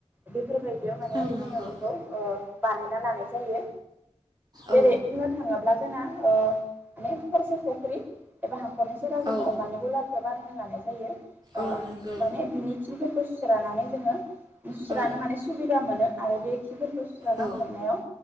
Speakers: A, on the right (about 15°); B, on the right (about 35°).
A: बेफोरबायदियाव माने
B: औ
A: जोङो
B: नंगौ
A: बेखौ ओ बानायना लानाय जायो
B: औ
A: जेरै बुंनो थाङोब्ला जोंना ओ माने खरसे फुख्रि एबा हाखरनि सेराव जोङो
B: औ
A: अमानिबो <unintelligible> बानायना लानाय जायो ओ
B: औ नंगौ
A: माने बिनि खिफोरखौ सुस्रानानै जोङो बिसोरानो
B: औ
A: माने सुबिदा मोनो आरो बे खिफोरखौ सुस्राना
B: औ
A: हरनायाव